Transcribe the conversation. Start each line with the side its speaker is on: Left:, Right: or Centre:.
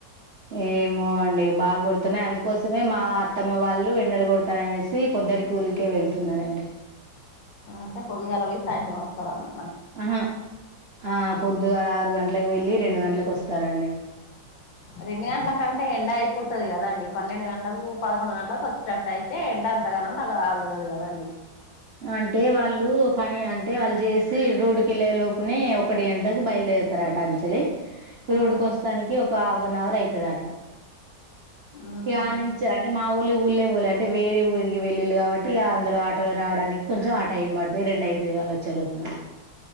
Right: ఏమో అండి బాగాగుడుతున్నాయి అందుకోసమే మా అత్తమ్మ వాళ్ళు ఎండలు కొడతానయి అనేసి. పొదడి కూలికే వెళ్తున్నారండి
Left: అంటే పొదుగాల పోయి సాయంత్రం వస్తారన్న
Right: ఆహా ఆ పొద్దుగలా ఆరు గంటలకు వెళ్ళి రెండు గంటలకు వస్తారండి
Left: రెండు గంటల కంటే ఎండ అయిపోతది కదా అండి పన్నెండు గంటలకు పదకొండు గంటలకు వచ్చేటట్టు అయితే ఎండ ఎంతగాన ఉంటే <unintelligible> కదాండి
Right: అంటే వాళ్ళు పని అంటే వాళ్ళు చేసి రోడ్డు కెళ్లే లోపునే ఒకటి గంటలకి బయలుదేరు తారట అంచలి రోడ్కి
Left: ఉమ్
Right: వస్తానికి ఒక హాఫ్ అన్ అవర్ అయితది ఆట
Left: ఉహు
Right: ఇక ఆ నుంచి అంటే మా ఒళ్ళు ఊళ్ళో కి పోలా అంటే వేరే ఊరికి వెళ్ళిలు కాబట్టి ఇక అందులో ఆటో కొంచెం ఆ టైం పడుతది రెండు అయితది ఇక వాళ్ళు వచ్చే లోపున